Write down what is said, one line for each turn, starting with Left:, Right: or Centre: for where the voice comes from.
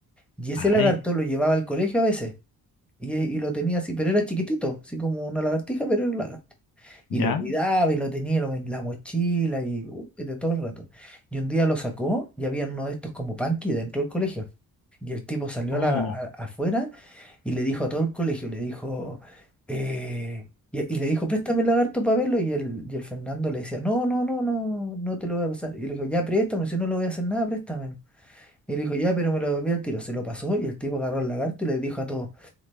Centre: Y ese
Left: Ay,
Centre: lagarto lo llevaba al colegio a veces. Y, y lo tenía así, pero era chiquitito, así como una lagartija, pero era un lagarto. Y
Left: ya.
Centre: lo cuidaba y lo tenía lo- en la mochila y, uh, y de todo el rato. Y un día lo sacó y había uno de estos como panqui dentro del colegio. Y el tipo salió
Left: Oh,
Centre: a la- a- afuera y le dijo a todo el colegio, le dijo, eh, y, y le dijo, préstame el lagarto para verlo. Y el, y el Fernando le decía, no, no, no, no, no te lo voy a pasar. Y le dijo, ya, préstame, si no le voy a hacer nada, préstame. Y le dijo, ya, pero me lo devolví al tiro. Se lo pasó y el tipo agarró el lagarto y le dijo a todos.